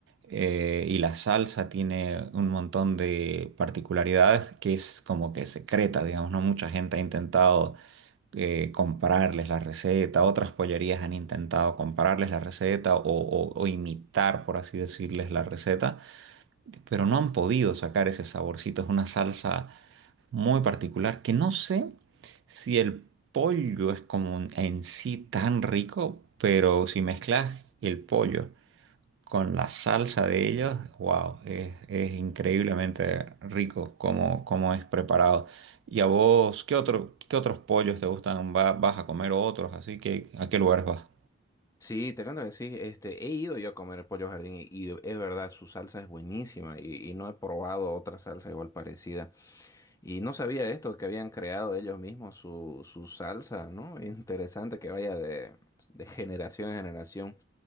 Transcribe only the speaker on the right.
eh, y la salsa tiene un montón de particularidades que es como que secreta, digamos, no mucha gente ha intentado eh, comprarles la receta, otras pollerías han intentado comprarles la receta o, o- o imitar, por así decirles, la receta pero no han podido sacar ese saborcito. Es una salsa muy particular que no sé si el pollo es como un- en sí tan rico, pero si mezclas el pollo con la salsa de ellos, wow, es, es increíblemente rico como, como es preparado. ¿Y a vos qué otro, qué otros pollos te gustan? Va- ¿Vas a comer otros? Así que, ¿a qué lugares vas?